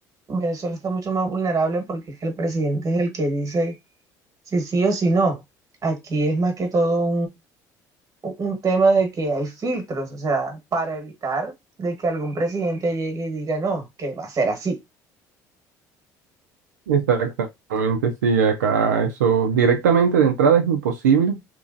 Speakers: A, on the right; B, on the right.
A: Venezuela está mucho más vulnerable porque es que el presidente es el que dice si sí o si no. Aquí es más que todo u- un tema de que hay filtros, o sea, para evitar de que algún presidente llegue y diga, no, que va a ser así,
B: Exactamente, sí, acá eso directamente de entrada es imposible